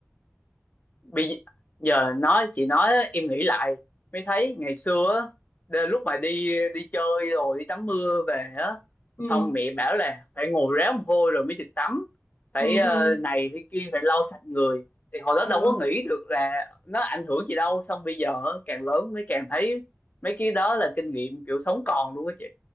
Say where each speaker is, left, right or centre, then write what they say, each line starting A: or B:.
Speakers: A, on the left (about 40°); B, on the left (about 70°).
A: bây giờ nói chị nói em nghĩ lại mới thấy ngày xưa á, đ- lúc mà đi đi chơi rồi đi tắm mưa về á
B: ừ
A: xong mẹ bảo là phải ngồi ráo mồ hôi rồi mới được tắm phải
B: ừ
A: ờ,
B: ừ
A: này phải kia phải lau sạch người thì hồi đó
B: ừ
A: đâu có nghĩ được là nó ảnh hưởng gì đâu xong bây giờ á, càng lớn mới càng thấy mấy cái đó là kinh nghiệm kiểu sống còn luôn á chị